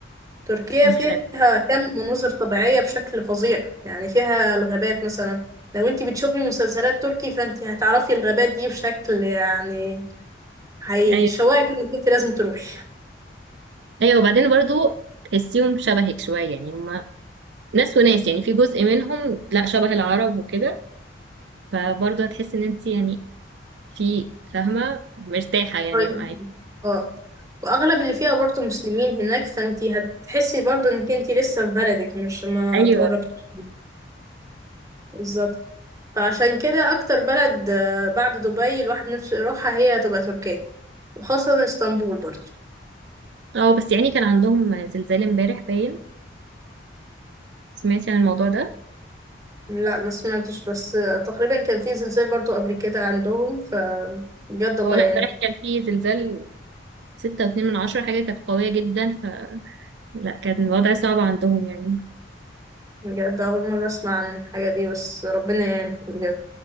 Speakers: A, on the right; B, on the right.
A: تركيا
B: اللي
A: فيها
B: أنا
A: كم مناظر طبيعية بشكل فظيع يعني فيها الغابات مثلا لو انت بتشوفي مسلسلات تركي فانت هتعرفي الغابات دي بشكل يعني هيشوقك
B: ايوه
A: انك انت لازم تروحي
B: ايوه وبعدين برضو تحسيهم شبهك شويه يعني هم ناس وناس يعني في جزء منهم لا شبه العرب وكده فبرضو هتحس ان انت يعني في فاهمه مرتاحه يعني
A: طيب
B: معايا
A: اه واغلب اللي فيها برضه مسلمين هناك فانت هتحسي برضه انك انت لسه في بلدك مش ما
B: ايوه
A: اتغربتيش بالظبط فعشان كده اكتر بلد آه، بعد دبي الواحد نفسه يروحها هي هتبقى تركيا وخاصة اسطنبول برضه
B: اه بس يعني كان عندهم زلزال امبارح باين سمعتي عن الموضوع ده
A: لا ما سمعتش بس تقريبا كان في زلزال برضو قبل كده عندهم فبجد الله
B: اه لا
A: يعني
B: امبارح كان في زلزال ستة واتنين من عشرة حاجة كانت قوية جدا فلا كان الوضع صعب عندهم يعني
A: بجد أول مرة أسمع عن الحاجة دي بس ربنا يعني بجد